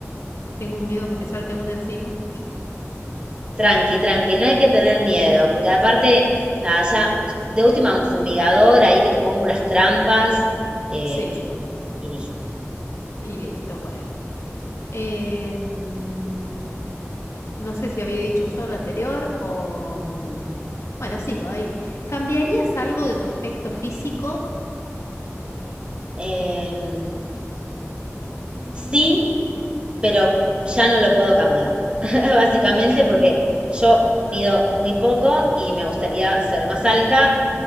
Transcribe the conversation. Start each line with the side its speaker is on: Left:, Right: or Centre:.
Left: Tengo un miedo que me salte una encima.
Right: Tranqui, tranqui, no hay que tener miedo, porque aparte, nada, ya de última un fumigador ahí que te ponga unas trampas eh,
Left: Sí,
Right: y, y listo.
Left: y listo, bueno. Em, no sé si había dicho yo la anterior o... mm, Bueno, sigo ahí. ¿Cambiarías algo de tu aspecto físico?
Right: Em,
Left: Mm,
Right: sí, pero ya no lo puedo cambiar, <laughs> básicamente porque yo mido muy poco y me gustaría ser más alta.